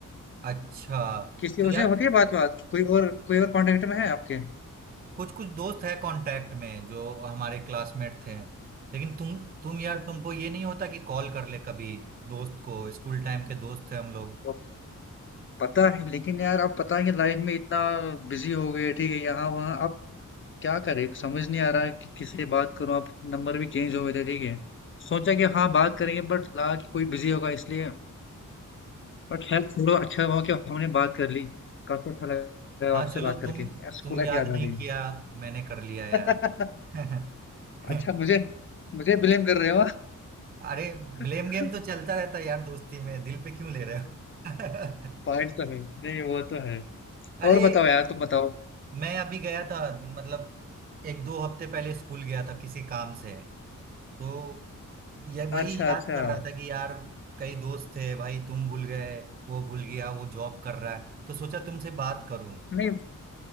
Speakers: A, on the right; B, on the left.
A: अच्छा
B: किसी
A: तो
B: और
A: यार
B: से होती है बात बात कोई और कोई और कांटेक्ट में है आपके
A: कुछ कुछ दोस्त है कांटेक्ट में जो हमारे क्लासमेट थे लेकिन तुम तुम यार तुमको ये नहीं होता कि कॉल कर ले कभी दोस्त को स्कूल टाइम के दोस्त थे हम लोग
B: वो पता है लेकिन यार आप पता है कि लाइफ में इतना बिजी हो गए ठीक है यहाँ वहाँ अब क्या करें समझ नहीं आ रहा है कि किससे बात करूं अब नंबर भी चेंज हो गए थे ठीक है सोचा कि हाँ बात करेंगे बट लगा कि कोई बिजी होगा इसलिए बट हेल्थ छोड़ो अच्छा हुआ कि हमने बात कर ली काफी अच्छा लगा
A: हाँ
B: आपसे
A: चलो
B: बात करके
A: तुम
B: यार स्कूल
A: तुम याद
B: लाइफ याद
A: नहीं
B: आ गई
A: किया मैंने कर लिया यार
B: <laughs>
A: <laughs>
B: अच्छा मुझे मुझे ब्लेम कर रहे हो
A: अरे ब्लेम
B: <laughs>
A: गेम तो चलता रहता है यार दोस्ती में दिल पे क्यों ले रहे हो
B: पॉइंट तो है नहीं वो तो है
A: <laughs> अरे
B: और बताओ यार तुम बताओ
A: मैं अभी गया था मतलब एक दो हफ्ते पहले स्कूल गया था किसी काम से तो ये वही
B: अच्छा
A: अच्छा याद
B: अच्छा
A: कर रहा था कि यार कई दोस्त थे भाई तुम भूल गए वो भूल गया वो जॉब कर रहा है तो सोचा तुमसे बात करूं
B: नहीं